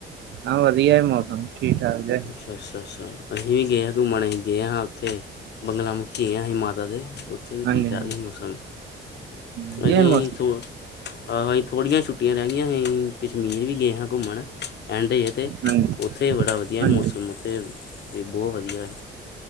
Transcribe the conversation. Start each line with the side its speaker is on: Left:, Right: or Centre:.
Right: ਹਾਂ, ਵਧੀਆ ਐ ਮੌਸਮ, ਠੀਕ-ਠਾਕ ਜਾ।
Left: ਅੱਛਾ-ਅੱਛਾ ਅਸੀਂ ਵੀ ਗਏ ਹਾਂ ਘੁੰਮਣ, ਅਸੀਂ ਗਏ ਹਾਂ ਉੱਥੇ ਬੰਗਲਾਮੁਖੀ ਗਏ ਅਸੀਂ ਮਾਤਾ ਦੇ ਉ ਉੱਥੇ ਵੀ
Right: ਹਾਂਜੀ
Left: ਠੀਕ-ਠਾਕ
Right: ਹਾਂਜੀ
Left: ਸੀ ਮੌਸਮ,
Right: ਵਧੀਆ
Left: ਅਸੀਂ
Right: ਮੌਸਮ
Left: ਇਥੋਂ ਹਾਂ ਬਈ ਥੋੜੀਆਂ ਛੁੱਟੀਆਂ ਰਹਿੰਦੀਆਂ ਨੇ, ਕਸ਼ਮੀਰ ਵੀ ਗਏ ਹਾਂ ਘੁੰਮਣ। ਐਂਡਦੇ, ਏਥੇ
Right: ਹਾਂਜੀ
Left: ਉੱਥੇ ਬੜਾ ਵਧੀਆ
Right: ਹਾਂਜੀ
Left: ਮੌਸਮ, ਉੱਥੇ ਵੀ ਬਹੁ ਵਧੀਆ।